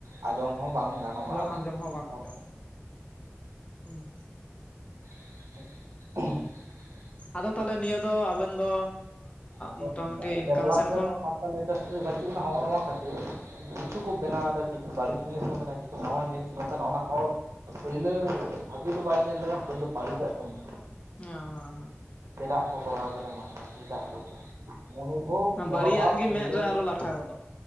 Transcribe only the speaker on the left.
ᱠᱟᱱᱟ ᱟᱸᱡᱚᱢ ᱦᱚᱸ ᱵᱟᱝ
ᱟᱸᱡᱚᱢ ᱦᱩᱸ
ᱟᱫᱚ ᱛᱟᱦᱚᱞᱮ ᱱᱤᱭᱟᱹ ᱫᱚ ᱟᱵᱮᱱ ᱫᱚ
ᱢᱚᱴᱟ ᱢᱩᱴᱤ ᱤᱱᱠᱟᱢ
ᱥᱮᱱ
ᱠᱷᱚᱱ
ᱦᱚᱻᱦᱚᱻᱦᱚ
ᱵᱟᱹᱲᱤᱡᱟᱜ ᱜᱮ
ᱢᱮᱫ ᱨᱮ ᱟᱨᱚ ᱞᱟᱴᱷᱟ ᱜᱚᱫᱚᱜ